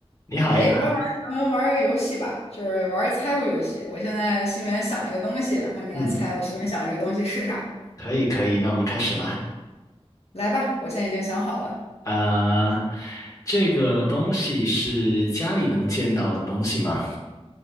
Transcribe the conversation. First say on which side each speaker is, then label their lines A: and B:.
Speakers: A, on the left; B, on the left.
A: 你好呀，
B: 哎，要不然咱们玩一个游戏吧，就是玩儿个猜物游戏。我现在心里面想一个东西，然后你来猜我心里面想这个东西是啥。
A: 嗯，可以可以，那我们开始吧。
B: 来吧，我现在已经想好了。
A: 啊、这个东西是家里能见到的东西吗？